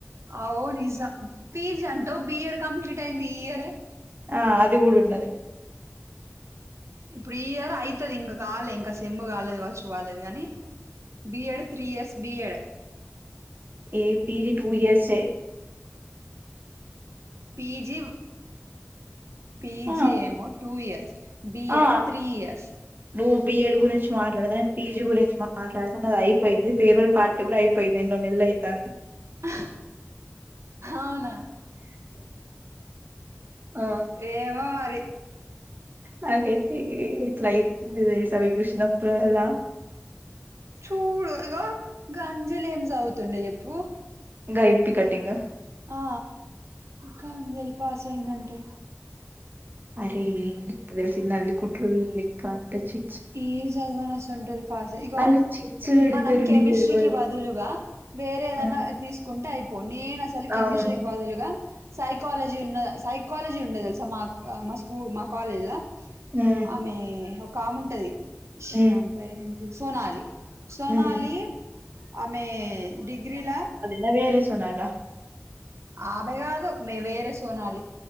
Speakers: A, on the right; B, on the right.
A: అగో నిజం పీజీ అంటావ్ బిఎడ్ కంప్లీట్ అయింది ఈ ఇయర్ ఏ
B: ఆ అది కూడా ఉన్నది
A: ఇప్పుడు ఈయర్ అయితది ఇంకా కాలే ఇంకా సేమ్ము కాలేదు కావచ్చు వాళ్లది గాని బిఎడ్ త్రీ ఇయర్స్ బిఎడ్
B: ఏ పీజీ టూ ఇయర్స్ ఏ
A: పీజీ పీజీ
B: ఆ
A: ఏమో టూ ఇయర్స్ బీ
B: ఆ
A: ఎడ్ త్రీ ఇయర్స్
B: నువ్వు బిఎడ్ గురించి మాట్లాడతా నేను పీజీ గురించి మాట్లాడతాను అది అయిపోయింది ఫేర్వెల్ పార్ట్ కూడా అయిపోయింది ఏన్నో నెలలు అయితంది
A: ఆ అవునా
B: ఆ!
A: ఏమో మరి
B: నాకైతే ఇట్ల అయితుంది తెలుసా అవి చూసినప్పుడల్ల
A: చూడు ఇగో గా అంజలి ఏం సాదువుతుండే చెప్పు
B: గా ఇప్పి కటింగా
A: ఆ గా అంజలి పాస్ అయిందంటే
B: అరే ఏం ఇంత తెలిసిందే నల్లికుట్లోనీ లెక్క అంత చి
A: ఏం సద్వర్ అసంటోళ్లు ఫాస్ ఇగో
B: వాళ్ళు చిట్స్ పెడతారు
A: మనం కెమిస్ట్రీ
B: నీకు తెల్వదు
A: కి బదులుగా వేరే ఏదైనా
B: హ్మ్.
A: తీసుకుంటే అయిపోదు నేను అసలు కెమిస్ట్రీ
B: అవును
A: కి బదులుగా సైకాలజీ ఉన్న సైకాలజీ ఉండే తెలుసా మా మా స్కూ మా కాలేజీల
B: ఉమ్
A: ఆమె ఒక ఆముంటది
B: ఉమ్
A: ఆమె పేరు ఏంటి సోనాలి సోనాలి
B: ఉమ్
A: ఆమె డిగ్రీల
B: నా వేరే సోనాల
A: ఆమె కాదు మే వేరే సోనాలి